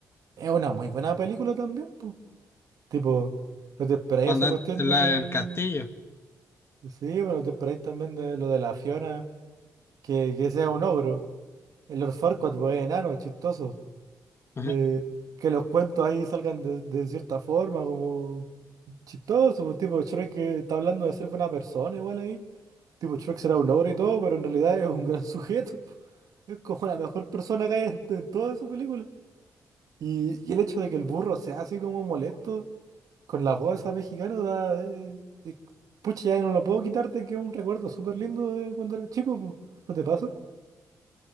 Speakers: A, on the right (about 70°); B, on the left (about 40°).
A: es una muy buena película también, pues. Tipo, no te esperáis
B: Cuando
A: esa cuestión
B: en- en
A: de
B: la
A: que.
B: del castillo.
A: Sí, bueno, te esperáis también de lo de la Fiona, que, que sea un ogro. El Lord Farquaad, pues, es enano, es chistoso.
B: <laughs>
A: Eh, que los cuentos ahí salgan de, de cierta forma, como chistoso. Pues, tipo, Shrek que está hablando de ser buena persona, igual ahí. Tipo, Shrek será un ogro y todo, pero en realidad es un gran sujeto. <laughs> Es como la mejor persona que hay en, en toda esa película. Y, y el hecho de que el burro sea así como molesto. Con la voz esa mexicana da, eh, eh, pucha, ya no lo puedo quitarte, que es un recuerdo súper lindo de cuando era chico, po. ¿No te pasa?